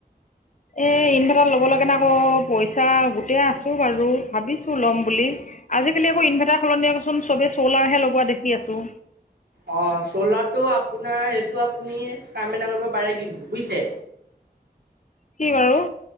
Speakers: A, on the left (about 50°); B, on the right (about 75°).
A: এই ইনভাৰ্টাৰ ল'ব লাগেনে আকৌ পইচা গোটেই আছোঁ বাৰু, ভাবিছ ছো ল'ম বুলি, আজিকালি আকৌ ইনভাৰ্টাৰ সলনি দিয়চোন চবেই চ'লাৰহে লগোৱা দেখি আছোঁ।
B: অ', চ'লাৰটো আপোনাৰ এইটো আপুনি কাম এটা কৰিব পাৰে কিন্তু বুইছে।
A: কি বাৰু?